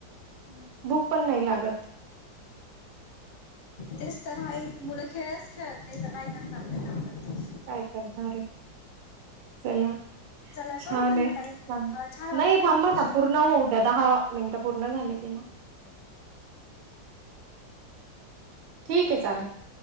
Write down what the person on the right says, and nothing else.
भूक पण नाही लागत.
काय करणारे, चला
छान
आहे
नाही
थांबा ना पूर्ण होऊ द्या, दहा मिनिटं पूर्ण झालं कि ना ठीक आहे चालेल.